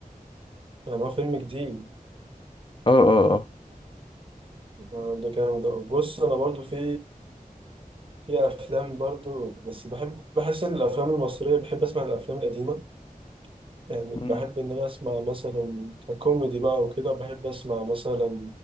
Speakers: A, on the right (about 35°); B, on the left (about 35°).
A: يعني هو فيلم جديد
B: اه اه اه
A: آه، ده جامد أوي. بص انا برضو في في افلام برضو بس بحب بحس ان الافلام المصريه بحب اسمع الافلام القديمه يعني
B: مم.
A: بحب ان انا اسمع مثلا كوميدي بقى وكده بحب اسمع مثلا